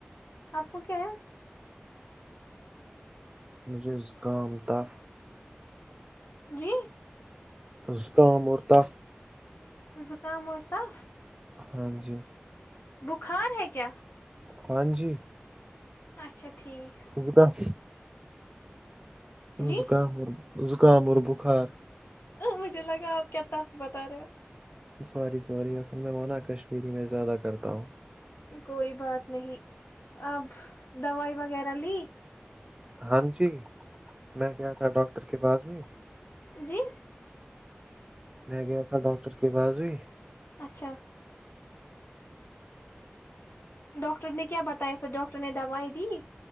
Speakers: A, on the left; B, on the right.
A: آپ کو کیا ہے
B: مجھے زکام کاف
A: جی
B: زکام اور تف
A: زکام اور تاف
B: ہاں جی
A: بخار ہے کیا
B: ہاں جی
A: اچھا ٹھیک
B: زکا <inaudible>
A: جی
B: زکام جو زکام اور بخار
A: مجھے لگا آپ کیا ت بتا رہے ہو
B: سوری سوری اصل میں وہنا کشمیری میں زیادہ کرتا ہوں
A: کوئی بات نہیں اب دوائی وغیرہ لی
B: ہاں جی میں کیا تھا ڈاکٹر کے پاس بھی
A: جی <inaudible>
B: میں گیا تھا ڈاکٹر کے بااز بھیئی
A: اچھا ڈاکٹر نے کیا بتایا پھر ڈاکٹر نے دوائی دی ی